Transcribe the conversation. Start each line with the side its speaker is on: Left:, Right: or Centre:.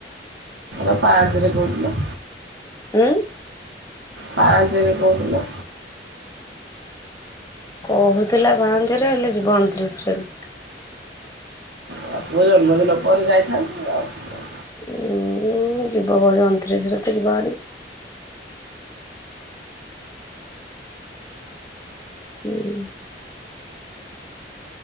Right: ଏ ପାୟଲ କଥା କହୁଥିଲ।
Left: ଉଁ
Right: ପାଞ୍ଚରେ କହୁଥିଲ।
Left: କହୁଥିଲା ପାଞ୍ଚରେ ହେଲେ ଯିବ ଅଣତିରିଶ ରେ।
Right: ଆଉ ପୁଅ ଜନ୍ମଦିନ ପରେ ଯାଇଥାନ୍ତା ଆଉ।
Left: ଉଁ ଜିବ କହୁଛ ଅଣତିରିଶ ରେ ଯିବହାରି। ହୁଁ।